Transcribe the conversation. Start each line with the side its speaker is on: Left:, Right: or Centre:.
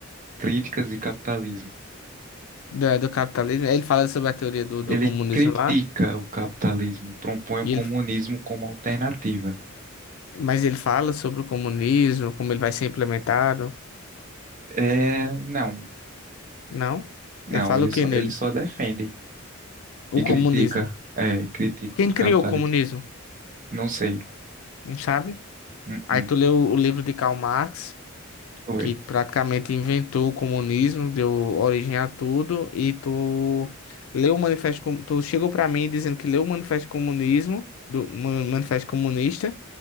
Right: críticas e capitalismo.
Left: da- do capitalismo. Ele fala sobre a teoria do, do
Right: Ele
Left: comunismo
Right: critica
Left: lá.
Right: o capitalismo e propõe
Left: E
Right: o comunismo
Left: ele,
Right: como alternativa.
Left: mas ele fala sobre o comunismo, como ele vai ser implementado.
Right: É, não,
Left: Não?
Right: não,
Left: Ele fala
Right: ele
Left: o
Right: só,
Left: que nele?
Right: ele só defende.
Left: O
Right: E
Left: comunismo.
Right: critica. É, critica
Left: Quem
Right: o
Left: criou
Right: capitalismo.
Left: o comunismo?
Right: Não sei.
Left: Não sabe?
Right: Uh-uh.
Left: Aí tu leu o livro de Karl Marx.
Right: Foi.
Left: que praticamente inventou o comunismo, deu origem a tudo, e tu leu o manifesto, Com- tu chegou para mim dizendo que leu o manifesto comunismo, do Ma- manifesto comunista,